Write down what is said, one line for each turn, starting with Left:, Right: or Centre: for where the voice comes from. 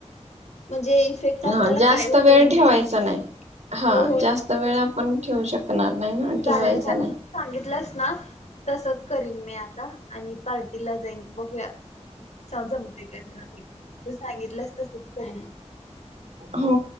Left: म्हणजे इफेक्ट
Right: हा
Left: आपल्याला
Right: जास्त
Left: काय होऊ
Right: वेळ ठेवायचा
Left: नये म्हणून
Right: नाही हा
Left: हो हो नक्कीच
Right: जास्त वेळ आपण ठेवू शकणार नाही ना ठेवायचा
Left: चालेल चालेल
Right: नाही.
Left: सांगितलंस ना तसच करीन मी आता आणि पार्टीला जाईन बघूया. जमते काय मला नाही तू सांगितलंस तस करी
Right: हो